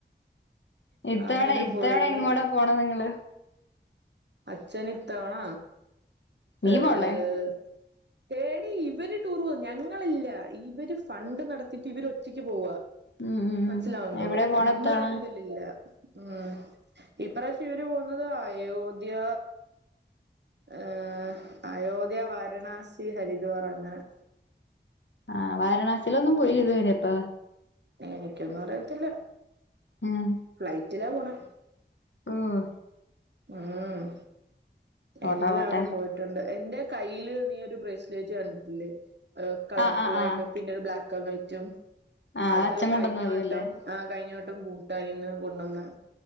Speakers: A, on the left; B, on the right.
A: ഇത്തവണ
B: അങ്ങനെ
A: ഇത്തവണ
B: പൊള്ള്
A: എങ്ങോടാ പോണ നിങ്ങള്
B: അച്ഛനിത്തവണ
A: നീ
B: ഏഹ്
A: പോളേ
B: എടി ഇവര് ടൂർ പോവും. ഞങ്ങളില്ല. ഇവര് ഫണ്ട് നടത്തിട്ട് ഇവര് ഒറ്റയ്ക്ക് പോവാ
A: ഉം ഉം
B: മനസ്സിലാവ്ണ്ടോ?
A: ഉം എവിടെ പോണ
B: നമ്മളാരും
A: ഇത്തവണ
B: ഇതിലില്ല ഉം ഈ പ്രാവശ്യം ഇവര് പോന്നത് അയോധ്യ ഈഹ് അയോധ്യ വാരണാസി ഹരിദ്വാർ അങ്ങനെ
A: ആ വാരണാസീലൊന്നും പോയില്ല ഇതുവരെ അപ്പ
B: എനിക്കൊന്നും അറിയത്തില്ല
A: ഉം
B: ഫ്ലൈറ്റിലാ പോണെ
A: ഓഹ്
B: ഉം
A: പോട്ടെ
B: എല്ലാവിടെയും
A: പോട്ടെ
B: പോയിട്ടുണ്ട് എന്റെ കയ്യില് നീ ഒരു ബ്രേസ്ലൈറ്റ് കണ്ടിട്ടില്ലേ? കളർഫുൾ
A: ആഹ് ആഹ്
B: ആയിട്ടും
A: ആഹ്
B: പിന്നെ ഒരു ബ്ലാക്ക് ക്കാൻ വൈറ്റും.
A: ആ
B: അത്
A: അച്ഛൻ കൊണ്ടുവന്നത്
B: കഴിഞ്ഞവട്ടം
A: അല്ലേ
B: ആ കഴിഞ്ഞ വ ട്ടം ഭൂട്ടാനീന്ന് കൊണ്ടുവന്നയാ.